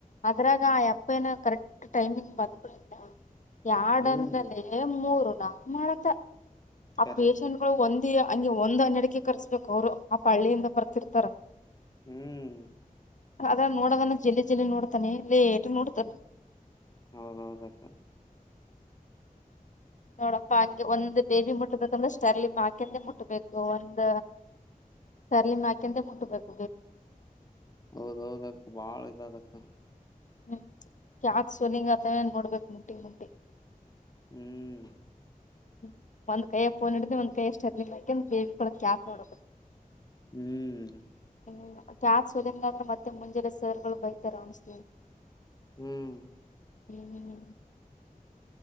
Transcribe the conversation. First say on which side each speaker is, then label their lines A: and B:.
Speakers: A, on the left; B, on the left.
A: ಅದ್ರಾಗ ಆ ಅಪ್ಪನ ಕರೆಕ್ಟ್ ಟೈಮಿಂಗ್ ಬಂದ್ಬಿಡತ್ತೆ ಎರಡ್
B: ಹ್ಮ್
A: ಅಂದಲೆ ಮೂರು ಲಾಕ್ ಮಾಡತ್ತ ಆ
B: ಕರೆ
A: ಪೇಶಷೆಂಟ್ ಗಳು ಒಂದ ಹಂಗೆ ಒಂದ ಹನ್ನಡಿಕೆ ಕರ್ಸ್ಬೇಕು ಅವ್ರು ಆ ಪಳ್ಳಿಯಿಂದ ಬರ್ತಿರ್ತಾರ
B: ಹ್ಮ್
A: ಅದ ನೋಡ ಜಲ್ಲಿ ಜಲ್ಲಿ ನೋಡ್ತಾನೆ ಇ ಲೇಟ್ ನೋಡ್ತಾನ
B: ಹೌದೌದ್ತ
A: ನೋಡಪ್ಪ ಹಾಗೆ ಒಂದು್ ಬೇಬಿ ಮುಟ್ಟಬೇಕಂದ್ರ ಸರ್ಲಿ್ಕೆಂದೆ ಮುಟ್ಟಬೇಕು ಒಂದ ಸರ್ಲಿಮಾಕಂತ ಮುಂಟು ಬಬೇಕು
B: ಹೌದೌದ ಅಕ್ಕ ಬಾಳ್ ಇದ ಅದಕ್ಕ
A: ಹ್ಮ್ ಯಾಕ್ ಸಲಿಂಗತ ನೋಡ್ಬೇಕಕ್ ಮುಟ್ಟಿ ಮುಟ್ಟಿ
B: ಹ್ಮ್
A: ್ಮ ಒಂದ್ ಕಯ ಫೋನ್ ಹಡಿದ್ರೆಂದ್ೈಯ ಎಷ್ಟು ಅರ್ಲಿಿಲ್ಲ ಯಾಕಂದ ಬೇಬಿ ಬ್ಯಾತ್ ನೋಡಕ
B: ಹ್ಮ್
A: ಹ್ಮ ್ಯಾಕ್ ಸೋದನ್ಗಾದ್ರೆ ಮತ್ತೆ ಮುಂಜೆಾನ ಸರ್ಗಳು ಬೈತಾರೆ ಅಣಸ್
B: ಹ್ಮ್
A: ಹನು